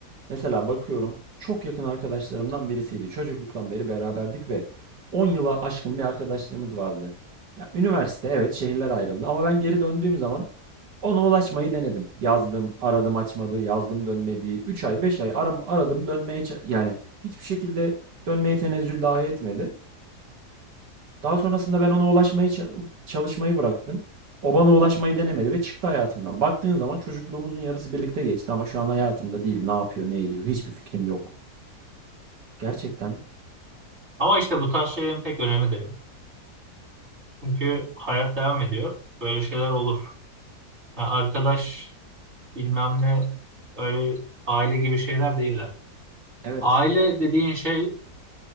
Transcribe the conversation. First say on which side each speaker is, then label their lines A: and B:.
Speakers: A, on the right (about 85°); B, on the right (about 40°).
A: Mesela bakıyorum. Çok yakın arkadaşlarımdan birisiydi. Çocukluktan beri beraberdik ve 10 yıla aşkın bir arkadaşlığımız vardı. Ya üniversite evet şehirler ayrıldı ama ben geri döndüğüm zaman Ona ulaşmayı denedim. Yazdım, aradım açmadı, yazdım dönmedi. 3 ay, 5 ay aram aradım dönmeye ça- yani hiçbir şekilde dönmeye tenezzül dahi etmedi. Daha sonrasında ben ona ulaşmayı ça- çalışmayı bıraktım. O bana ulaşmayı denemedi ve çıktı hayatımdan. Baktığın zaman çocukluğumuzun yarısı birlikte geçti ama şu an hayatımda değil. Ne yapıyor, ne ediyor hiçbir fikrim yok. Gerçekten
B: Ama işte bu tarz şeylerin pek önemi de yok. Çünkü hayat devam ediyor. Böyle şeyler olur. Ya arkadaş bilmem ne öyle aile gibi şeyler değiller.
A: evet.
B: Aile dediğin şey